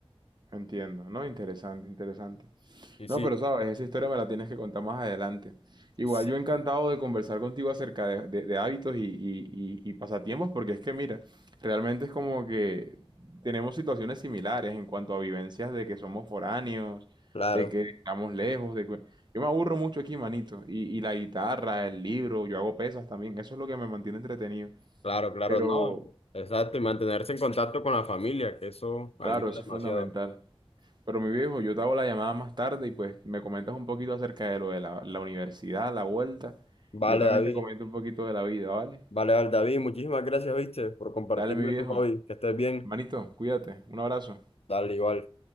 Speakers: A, on the right; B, on the left.
A: Entiendo, ¿no? Interesante, interesante.
B: Y
A: No,
B: sí,
A: pero sabes, esa historia me la tienes que contar más adelante. Igual
B: sí,
A: yo encantado de conversar contigo acerca de, de- de hábitos y, y- y- y pasatiempos, porque es que mira, realmente es como que tenemos situaciones similares en cuanto a vivencias de que somos foráneos,
B: claro.
A: de que estamos lejos, de que... Yo me aburro mucho aquí, manito, y, y la guitarra, el libro, yo hago pesas también, eso es lo que me mantiene entretenido.
B: Claro, claro,
A: Pero
B: no. Exacto, y mantenerse en contacto con la familia, que eso ayuda
A: claro, eso
B: demasiado.
A: es fundamental. Pero mi viejo, yo te hago la llamada más tarde y pues me comentas un poquito acerca de lo de la, la universidad, la vuelta,
B: Vale,
A: y yo también
B: David.
A: te comento un poquito de la vida, ¿vale?
B: Vale, vale, David, muchísimas gracias, viste, por compartirme
A: Dale, mi viejo.
B: tu hobby. Que estés bien.
A: Manito, cuídate. Un abrazo.
B: Dale, igual.